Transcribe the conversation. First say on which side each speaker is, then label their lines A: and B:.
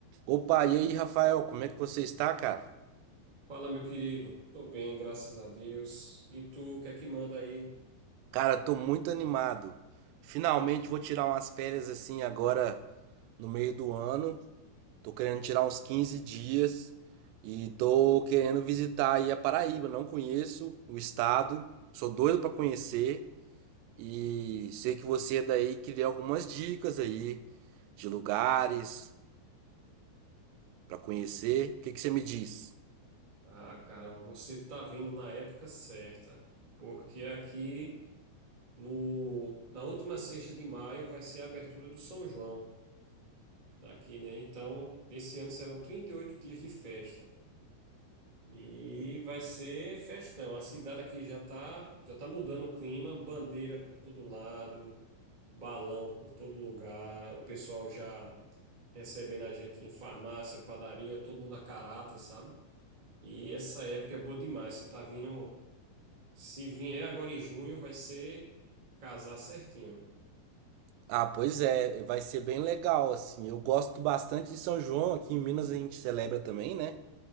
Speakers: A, on the right; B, on the right.
A: Opa, e aí, Rafael, como é que você está, cara?
B: Fala, meu querido. Tô bem, graças a Deus. E tu, o que é que manda aí?
A: Cara, tô muito animado. Finalmente vou tirar umas férias assim agora no meio do ano. Tô querendo tirar uns 15 dias e tô querendo visitar aí a Paraíba. Não conheço o estado, sou doido pra conhecer e sei que você é daí queria algumas dicas aí de lugares pra conhecer. O que que você me diz? Um
B: Ah, cara, você tá vindo na época certa, porque aqui no, na última sexta de maio vai ser a abertura do São João daqui, né? Então, nesse ano serão 38 dias de festa. E vai ser festão. A cidade aqui já tá, já tá mudando o clima, bandeira por todo lado, balão por todo lugar, o pessoal já. recebendo a gente em farmácia, padaria, todo mundo a caráter, sabe? E essa época é boa demais. Você tá vindo. Se vier agora em junho, vai ser casar certinho.
A: Ah, pois é, vai ser bem legal, assim. Eu gosto bastante de São João, aqui em Minas a gente celebra também, né?